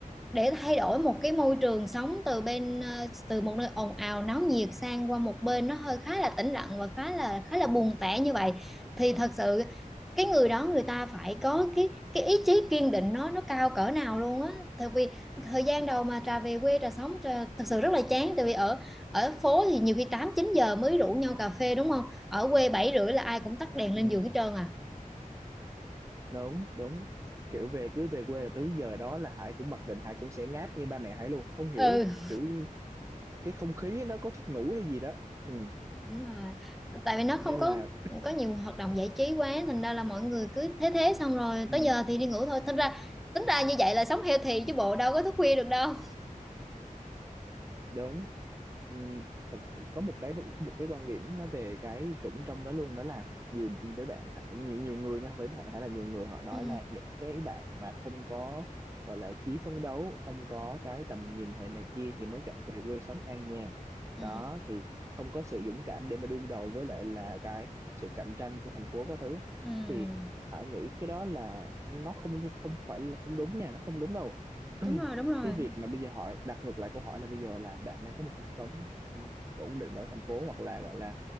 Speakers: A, in the centre; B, on the right.
A: để thay đổi một cái môi trường sống từ bên ờ, từ một nơi ồn ào náo nhiệt sang qua một bên nó hơi khá là tĩnh lặng và khá là khá là buồn tẻ như vậy thì thật sự cái người đó người ta phải có cái cái ý chí kiên định nó nó cao cỡ nào luôn á tại vì thời gian đầu mà trà về quê trà sống trà, thật sự rất là chán tại vì ở ở phố thì nhiều khi 8 9 giờ mới rủ nhau cà phê đúng không ở quê 7 rưỡi là ai cũng tắt đèn
B: ừ,
A: lên giường hết trơn à
B: đúng đúng kiểu về cứ về quê là tới giờ đó là Hải cũng mặc định Hải cũng sẽ ngáp như ba mẹ Hải luôn không hiểu
A: ừ
B: kiểu cái không khí nó có thức ngủ hay gì đó ừ.
A: Đúng rồi. Tại vì nó
B: nên
A: không có
B: là
A: có nhiều hoạt động giải trí quá thành ra là mọi người cứ thế thế xong rồi
B: ừ.
A: tới giờ thì đi ngủ thôi. Thành ra tính ra như vậy là sống healthy chứ bộ đâu có thức khuya được đâu.
B: đúng Ừm, thật- có một cái một cái quan điểm nó về cái trũng trong đó luôn đó là nhiều đứa bạn nhiều nhiều người nha với bạn hay là nhiều người họ nói
A: Ừ.
B: là những cái bạn mà không có gọi là chí phấn đấu không có cái tầm nhìn hệ này kia thì mới chọn về quê sống an nhàn
A: Ừ.
B: đó thì không có sự dũng cảm để mà đương đầu với lại là cái sự cạnh tranh của thành phố các thứ
A: Ừ.
B: thì phải nghĩ cái đó là nó không không phải là không đúng nha nó không đúng đâu
A: Đúng
B: <clears throat>
A: rồi, đúng rồi.
B: cái việc mà bây giờ hỏi đặt ngược lại câu hỏi là bây giờ là bạn đang có một cuộc sống ừ, ổn định ở thành phố hoặc là gọi là